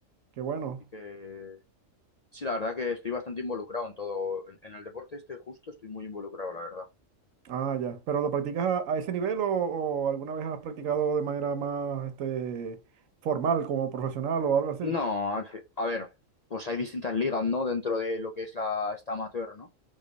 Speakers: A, on the right; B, on the left.
A: qué bueno.
B: Así que sí, la verdad que estoy bastante involucrado en todo, en, en el deporte este justo estoy muy involucrado, la verdad.
A: Ah, ya. ¿Pero lo practicas a, a ese nivel o, o alguna vez has practicado de manera más este, formal, como profesional o algo así?
B: No, al fi- a ver, pues hay distintas ligas, ¿no? Dentro de lo que es la, esta amateur, ¿no?